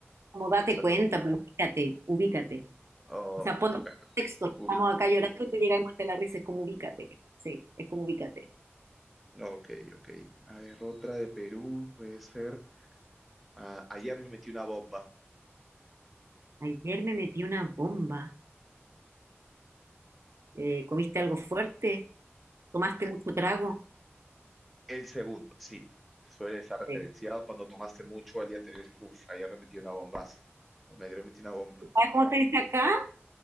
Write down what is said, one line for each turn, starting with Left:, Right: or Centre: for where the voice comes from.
Right: Como date
Centre: O sea,
Right: cuenta,
Centre: co-
Right: pero ubícate, ubícate.
Centre: Oh,
Right: O sea,
Centre: ok,
Right: ponte en
Centre: bueno,
Right: contexto.
Centre: ubica.
Right: Estamos acá llorando y te llega y muerte la risa. Es como ubícate. Sí, es como ubícate.
Centre: Ok, ok. A ver, otra de Perú puede ser. ah, ayer me metí una bomba.
Right: Ayer me metí una bomba. Eh, ¿comiste algo fuerte? ¿Tomaste mucho trago?
Centre: El segundo, sí. Suele estar referenciado
Right: Sí.
Centre: cuando tomaste mucho al día anterior. dices, Uf, ayer me metí una bombaza. O me ayer metí una bomba.
Right: ¿Sabes cómo te dice acá?